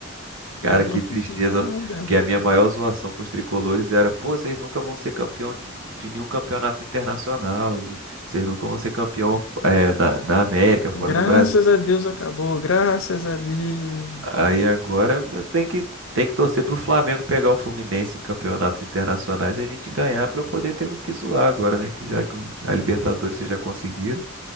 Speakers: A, on the left; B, on the right.
A: Ele
B: Cara,
A: não
B: que
A: fez
B: tristeza,
A: nada.
B: porque a minha maior zoação com os tricolores era, pô, vocês nunca vão ser campeão de, de nenhum campeonato internacional, de- vocês nunca vão ser campeão eh, na, na América, fora
A: Graças
B: do Brasil.
A: a Deus acabou, graças a Deus.
B: Aí agora eu tenho que, tem que torcer pro Flamengo pegar o Fluminense em campeonatos internacionais e a gente ganhar pra eu poder ter o que zoar agora, né? Que já que a Libertadores vocês já conseguiram.